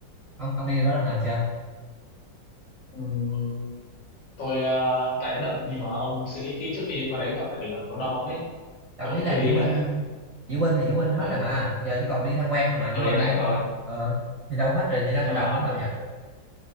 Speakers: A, on the right (about 25°); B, on the left (about 75°).
A: ông ông đi qua đó lần nào chưa
B: ừm, tôi ờ, tại nó đậm nhưng mà ông suy nghĩ kỹ trước khi có đấy nha ông, tại vì nó, nó đông lắm ấy.
A: Đâu
B: Tôi
A: ý
B: cũng
A: là
B: chưa đi
A: diễu binh
B: nữa.
A: diễu binh thì diễu binh hết
B: Ừ.
A: rồi mà giờ chỉ còn đi tham quan thôi mà
B: Ừ
A: diễu binh
B: thì nó hết rồi.
A: ờ thì đâu hết rồi thì đâu
B: Nhưng
A: còn
B: mà
A: đông lắm đâu nhỉ